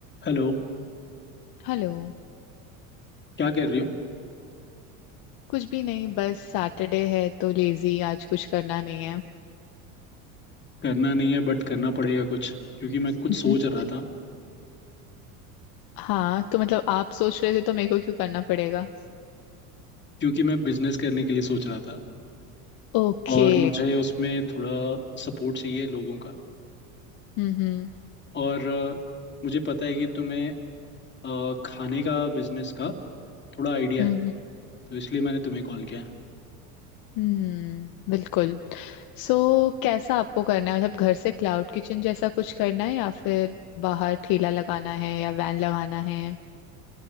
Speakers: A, on the left (about 25°); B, on the left (about 55°).
A: Hello
B: Hello
A: क्या कर रही हो
B: कुछ भी नहीं बस सैटरडे है तो लेजी आज कुछ करना नहीं है
A: करना नहीं है बट करना पड़ेगा कुछ क्योंकि मैं
B: <laughs>
A: कुछ सोच रहा था
B: हाँ तो मतलब आप सोच रहे थे तो मेरे को क्यों करना पड़ेगा
A: क्योंकि मैं बिजनेस करने के लिए सोच रहा था
B: ओके
A: और मुझे उसमें थोड़ा सपोर्ट चाहिए लोगों का
B: हम्म हम्म
A: और अ, मुझे पता है कि तुम्हें अ, खाने का बिजनेस का थोड़ा आइडिया
B: हम्म
A: है तो इसलिए मैंने तुम्हें कॉल किया है
B: हम्म बिल्कुल सो कैसा आपको करना है मतलब घर से क्लाउड किचन जैसा कुछ करना है या फिर बाहर ठेला लगाना है या वैन लगाना है